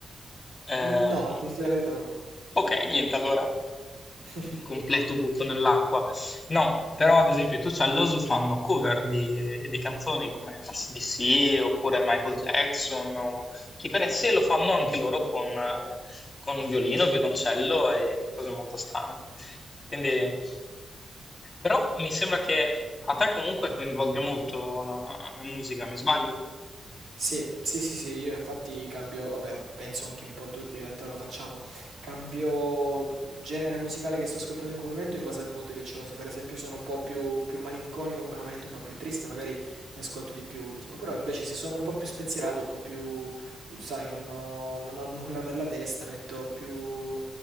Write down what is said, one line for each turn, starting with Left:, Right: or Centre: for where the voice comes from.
Left: Ehm,
Right: No, a dirti la verità, no.
Left: ok, niente, allora
Right: <laughs>
Left: completo buco nell'acqua. No, però ad esempio i Two Cellos fanno cover di, di canzoni come AC/DC oppure Michael Jackson o chi per sé lo fanno anche loro con, eh, con violino, violoncello e cose molto strane. Quindi, eh, però mi sembra che a te comunque coinvolga molto la, la musica, mi sbaglio?
Right: Sì, sì, sì, sì, io infatti cambio, vabbè, penso anche un po' tutti in realtà lo facciamo, cambio genere musicale che sto ascoltando in quel momento in base al mood che ho, se per esempio sono un po' più, più malinconico in quel momento, un po' più triste, magari mi ascolto di più ultimo, però invece se sono un po' più spensierato, un po' più, sai, non ho, non ho nulla per la testa, metto più,